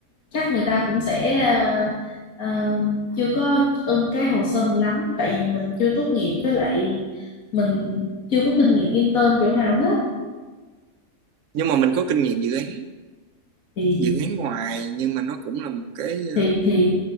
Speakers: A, on the left; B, on the right.
A: chắc người ta cũng sẽ ờ, ờ, chưa có ưng cái hồ sơ mình lắm tại vì mình chưa tốt nghiệp với lại mình chưa có kinh nghiệm intern chỗ nào hết
B: Nhưng mà mình có kinh nghiệm dự án,
A: thì
B: dự án ngoài nhưng mà nó cũng là một cái
A: thì
B: ờ,
A: thì